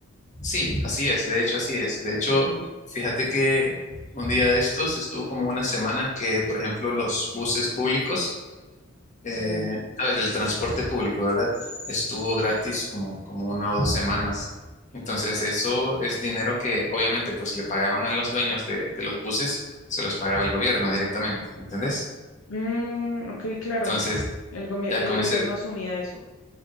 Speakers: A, on the left (about 35°); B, on the left (about 70°).
A: sí, así es, de hecho, así es. De hecho,
B: Ok,
A: fíjate que un día de estos estuvo como una semana que, por ejemplo, los buses públicos, eh,
B: sí.
A: ¿sabes? El transporte público, ¿verdad? Estuvo gratis como, como una o dos semanas. Entonces, eso es dinero que obviamente pues le pagaban a los dueños de, de los buses, se los pagaba el gobierno directamente, ¿me entendés?
B: Mm, ok, claro.
A: Entonces,
B: El, gomi-
A: ya
B: el
A: con
B: gobierno
A: ese
B: asumía eso.